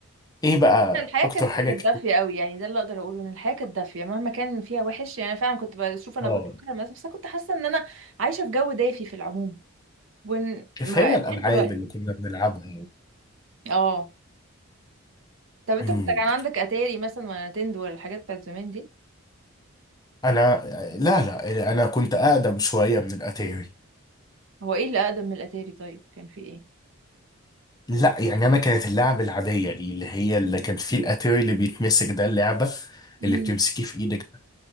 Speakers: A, on the left (about 15°); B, on the right (about 60°).
A: ايه بقى
B: <laughs> الحياه
A: أكتر
B: كانت
A: حاجة
B: كانت دافيه
A: كنت
B: قوي يعني ده اللي اقدر اقوله ان الحياه كانت دافيه مهما كان فيها وحش يعني أنا فعلا كنت بشوف انا
A: اه
B: كنت بكره المدرسه بس أنا كنت حاسه ان انا عايشه في جو دافي في العموم وان
A: كيف
B: ما
A: هي الألعاب
B: <laughs> لغاية دلوقتي
A: اللي كنا بنلعبها
B: اه طب انت
A: أمم.
B: كنت كان عندك اتاري مثلا ولا نتندو ولا الحاجات بتاعت زمان دي
A: أنا لا لا أنا كنت أقدم شوية من الأتاري
B: هو ايه اللي اقدم من الاتاري طيب كان في ايه
A: لا يعني أنا كانت اللعبة العادية دي اللي هي اللي كان فيه الأتاري اللي بيتمسك ده اللعبة
B: امم
A: اللي بتمسكيه في إيدك ده